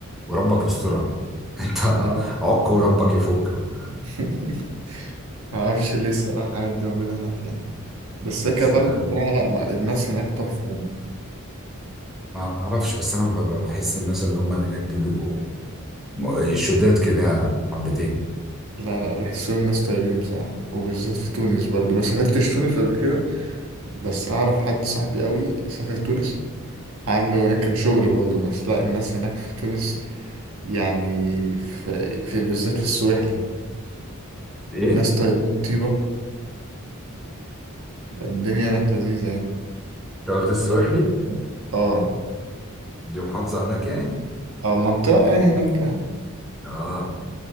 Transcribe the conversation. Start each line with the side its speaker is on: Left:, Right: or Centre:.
Centre: وربك يسترها بقى <laughs> أنت
Right: آه.
Centre: عك وربك يفك بقى
Right: <laughs> معرفش ليه الصراحه الحاجات دي موجوده هناك يعني بس
Centre: بس
Right: هي كبلد
Centre: آه،
Right: بصراحه لا ما الناس هناك تحفه يعني.
Centre: ما ما أعرفش بس أنا ب- ب- بحس الناس اللي هم اللي هناك دول بيبقوا م- شداد كده حبتين
Right: لا لا بحسهم ناس طيبين بصراحة وبالذات في تونس برضو ما سافرتش تونس قبل كده بس أعرف حد صاحبي قوي سافر تونس عنده هناك كان شغل برضه بس لا الناس هناك في تونس يعني في, في بالذات في السواحلي
Centre: ايه
Right: الناس طيبين طيبة الدنيا هناك لذيذة يعني
Centre: انت قلت السويحلي
Right: الناس اه
Centre: دي محافظة هناك يعني
Right: اه منطقة يعني هناك يعني.
Centre: اه